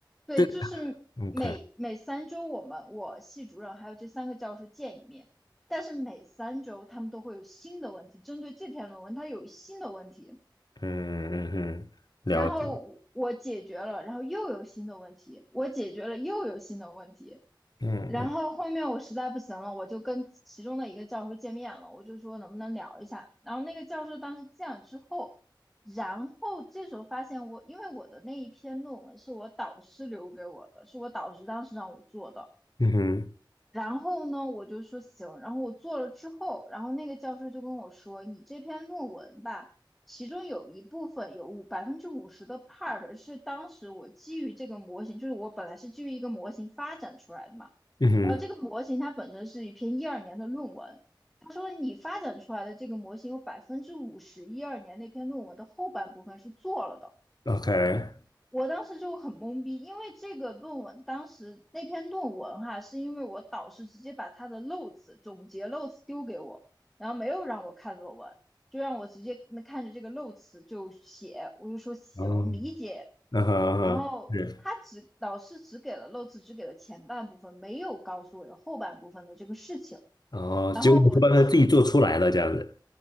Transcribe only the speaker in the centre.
对，
就是每每三周我们我系主任还有这三个教授见一面，
但是每三周他们都会有新的问题，针对这篇论文它有新的问题，
然后我解决了，然后又有新的问题，我解决了又有新的问题，
然后后面我实在不行了，我就跟其中的一个教授见面了，我就说能不能聊一下。然后那个教授当时见了之后，然后这时候发现我，因为我的那一篇论文是我导师留给我的，是我导师当时让我做的。
然后呢，我就说行。然后我做了之后，然后那个教授就跟我说，你这篇论文吧，其中有一部分有五百分之五十的 part 是当时我基于这个模型，就是我本来是基于一个模型发展出来的嘛。
然后这个模型它本身是一篇一二年的论文，他说你发展出来的这个模型有百分之五十一二年那篇论文的后半部分是做了的。
我当时就很懵逼，因为这个论文当时那篇论文哈，是因为我导师直接把他的漏词总结漏词丢给我，然后没有让我看论文，就让我直接那看着这个漏词就写，我就说行，
理解
然后他只老师只给了漏字，
只给了前半部分，没有告诉我有后半部分的这个事情。
然后我就说，